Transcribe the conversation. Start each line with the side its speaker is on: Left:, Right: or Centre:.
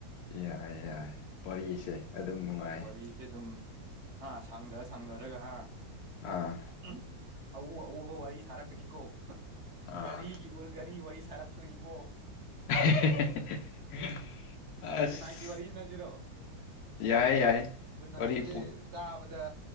Left: ꯌꯥꯢ ꯌꯥꯢ ꯋꯥꯔꯤꯁꯦ ꯑꯗꯨꯝ ꯅꯨꯡꯉꯥꯏ
Right: ꯋꯥꯔꯤꯁꯦ ꯑꯗꯨꯝ ꯍꯥ ꯁꯥꯡꯗ ꯁꯥꯡꯗꯔꯒ ꯍꯥ
Left: ꯑꯥ
Right: <unintelligible> ꯑꯎ ꯑꯎꯕ ꯋꯥꯔꯤ ꯁꯥꯔꯛꯀꯅꯤꯀꯣ
Left: ꯑꯥ
Right: ꯒꯥꯔꯤꯒꯤ ꯒꯥꯔꯤ ꯋꯥꯔꯤ ꯁꯥꯔꯛ ꯇ꯭ꯔꯤꯕꯣ
Left: <unintelligible> ꯑꯁ
Right: ꯒꯨꯟꯅꯥꯏꯛꯀꯤ ꯋꯥꯔꯤ ꯁꯥꯁꯤꯔꯣ
Left: ꯌꯥꯏ ꯌꯥꯏ
Right: ꯒꯨꯟꯅꯥꯏꯖꯦ
Left: ꯋꯥꯔꯤ ꯄꯨ
Right: ꯆꯥꯕꯗ